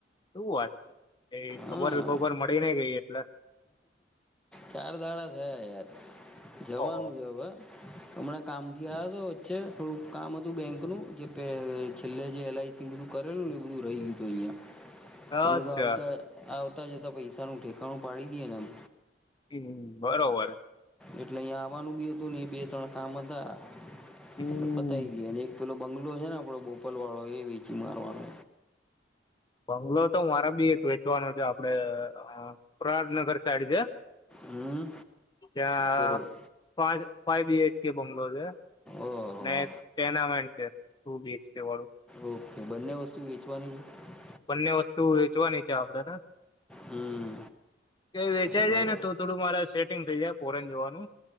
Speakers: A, on the left; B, in the centre.
A: શવું વાત એ ખબર
B: હા
A: <unintelligible> મળી ને ગઈ એટલે
B: ચાર દાડા થયા યાર જવાનું
A: ઓહો
B: જ હવે હમણાં કામથી આવ તો વચ્ચે થોડું કામ હતું બેંકનું પેલ છેલ્લે જે એલઆઈસી બધું કરેલું ને એ બધું રહી ગયું હતું અહિયા તમે
A: અચ્છા
B: કો આવતા આવ જતા જતા પૈસાનું ઠેકાણું પાડી દીએ એમ
A: હમ બરોબર
B: એટલે અહીયા આવવાનું બી હતું ને બે ત્રણ કામ હતા
A: હમ
B: મતલબ પતાય ગય ને પેલો બંગલો છે ને આપણો બોપલ વાળો એ વેચી મારવાનો
A: બંગલો તો મારે બી એક વેચવાનો છે આપડે પ્રહાટનગર સાઈડ છે.
B: હમ
A: ત્યા
B: બરોબર
A: પાજ ફાાઈવી એચ કે બંગલોર છે.
B: ઓહો
A: અને ટેનામેન્ટ છે હું બીચટી વાળું
B: ઓકે બંને વસ્તુ વેચવાની છે.
A: બંને વસ્તુ વેચવાની છે આપડે ને
B: હમ
A: કે વેચાઈ
B: બરોબર
A: જાય ને તો થોડું મારા સેટ ટિગ થઈ જાય ફોરેન જોવાનું